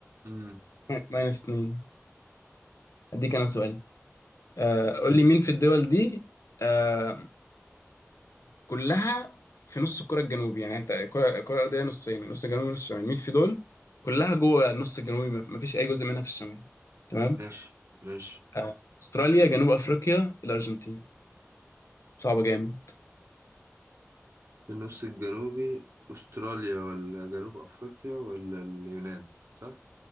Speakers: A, on the right (about 60°); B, on the left (about 80°).
A: امم
B: ماينس اتنين اديك انا سؤال آه قول لي مين في الدول دي آه كلها في نص الكرة الجنوبي يعني انت الكرة الكرة الأرضية نصين نص الجنوبي ونص الشمالي مين في دول كلها جوه النص الجنوبي ما ما فيش أي جزء منها في الشمال تمام
A: ماشي ماشي
B: آه، أستراليا جنوب أفريقيا الأرجنتين صعبة جامد
A: في النص الجنوبي أستراليا ولا جنوب أفريقيا ولا اليونان صح؟